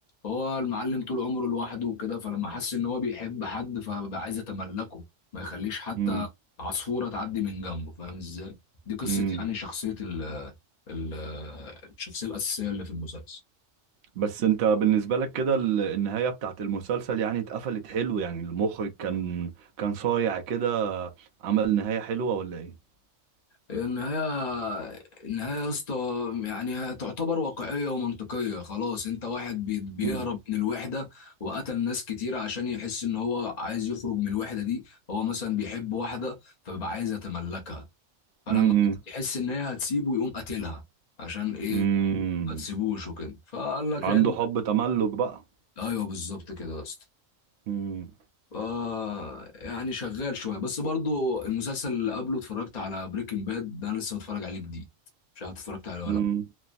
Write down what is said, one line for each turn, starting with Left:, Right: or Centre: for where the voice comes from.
Left: هو المعلم طول عمره لوحده وكده فلما حس ان هو بيحب حد فبقى عايز يتملكه ما يخليش حتى
Right: امم
Left: عصفورة تعدي من جنبه فاهم ازاي دي قصة
Right: امم
Left: يعني شخصية ال ال الشخصية الأساسية اللي في المسلسل
Right: بس انت بالنسبة لك كده ال- النهاية بتاعت المسلسل يعني اتقفلت حلو يعني المخرج كان كان صايع كده عمل نهاية حلوة ولا ايه
Left: النهاية النهاية يا اسطى يعني هي تعتبر واقعية ومنطقية خلاص انت واحد بي- بيهرب
Right: امم
Left: من الوحدة وقتل ناس كتير عشان يحس ان هو عايز يخرج من الوحدة دي هو مثلا بيحب واحدة فبيبقى عايز يتملكها فلما
Right: امم
Left: يحس ان هي هتسيبه يقوم قاتلها عشان ايه
Right: امم
Left: ما تسيبوش وكده فقال لك
Right: عنده
Left: يعني
Right: حب تملك بقى
Left: ايوه بالظبط كده يا اسطى
Right: امم
Left: ف- يعني شغال شويه بس برضو المسلسل اللي قبله اتفرجت على بريكنج باد ده انا لسه متفرج عليه جديد مش عارف اتفرجت عليه ولا
Right: امم
Left: لا